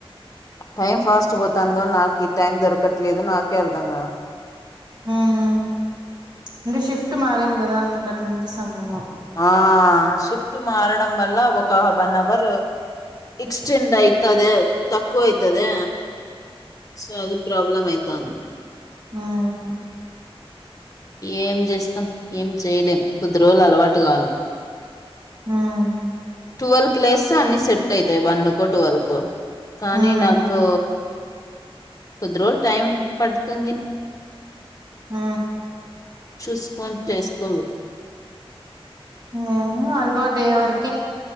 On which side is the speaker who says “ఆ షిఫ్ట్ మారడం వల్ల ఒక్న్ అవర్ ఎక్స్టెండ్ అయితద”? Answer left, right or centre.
Left